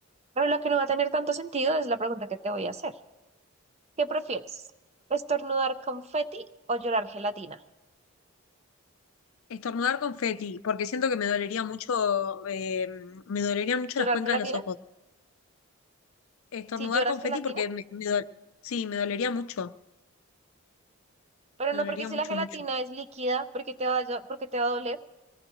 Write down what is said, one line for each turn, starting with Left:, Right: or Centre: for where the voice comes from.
Right: Pero lo que no va a tener tanto sentido es la pregunta que te voy a hacer. ¿Qué prefieres? ¿Estornudar confeti o llorar gelatina?
Left: Estornudar confeti, porque siento que me dolería mucho, eh, me dolerían mucho
Right: ¿Llorar
Left: las cuencas
Right: gelatina?
Left: de los ojos. Estornudar
Right: Si lloras
Left: confeti
Right: gelatina,
Left: porque me, me dol- sí, me dolería mucho,
Right: pero
Left: me
Right: no
Left: dolería
Right: porque si
Left: mucho,
Right: la gelatina
Left: mucho.
Right: es líquida, porque te va a, llo- porque te va a doler.